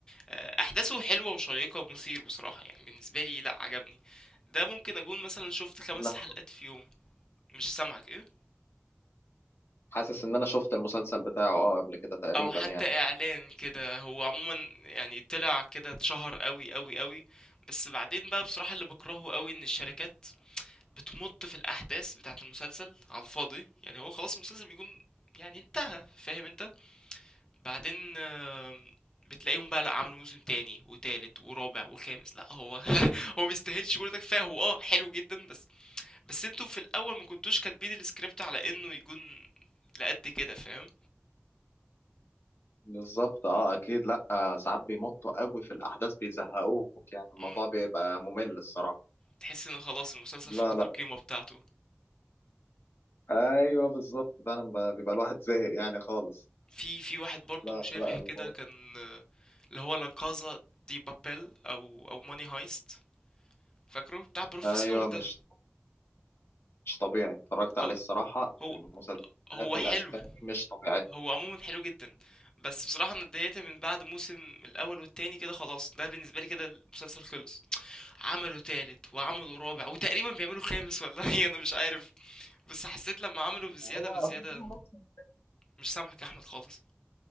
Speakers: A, on the left (about 20°); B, on the left (about 75°).
A: آه، احداثه حلوه وشيقه ومثير بصراحه يعني بالنسبه لي لا عجبني ده ممكن اكون مثلا شفت خمس
B: أنا
A: حلقات في يوم مش سامعك ايه
B: حاسس ان انا شفت المسلسل بتاعه اه قبل كده تقريبا
A: او حتى
B: يعني
A: اعلان كده هو عموما يعني طلع كده اتشهر قوي قوي قوي بس بعدين بقى بصراحه اللي بكرهه قوي ان الشركات بتمط في الاحداث بتاعه المسلسل على الفاضي يعني هو خلاص المسلسل بيكون يعني انتهى فاهم انت بعدين آه، بتلاقيهم بقى لا عملوا موسم تاني وتالت ورابع وخامس لا هو <laughs> هو ميستاهلش كل ده كفايه هو اه حلو جدا بس بس انتوا في الاول ما كنتوش كاتبين السكريبت على انه يكون لقد كده فاهم
B: بالظبط اه اكيد لا آه، ساعات بيمطوا قوي في الاحداث بيزهقوك يعني الموضوع
A: امم
B: بيبقى ممل الصراحه
A: تحس ان خلاص المسلسل
B: لا
A: فقد
B: لا
A: القيمه بتاعته
B: ايوه بالظبط فعلا ب- بيبقى الواحد زهق يعني خالص
A: في في واحد برضو
B: لا
A: مشابه
B: لا الموضوع
A: كده كان آه، اللي هو لا كازا دي بابيل او او ماني هايست فاكره بتاع بروفيسور
B: ايوه
A: ده
B: مش مش طبيعي اتفرجت عليه
A: اه
B: الصراحه
A: هو
B: المسلسلات
A: هو
B: الاسباني
A: حلو
B: مش طبيعيه
A: هو عموما حلو جدا بس بصراحه انا اتضايقت من بعد موسم الاول والتاني كده خلاص ده بالنسبه لي كده المسلسل خلص عملوا تالت وعملوا رابع وتقريبا بيعملوا خامس ولا <laughs> ايه انا مش عارف بس حسيت لما عملوا بزيادة
B: هو
A: بزيادة
B: هو كله نفس
A: مش سامحك يا أحمد خالص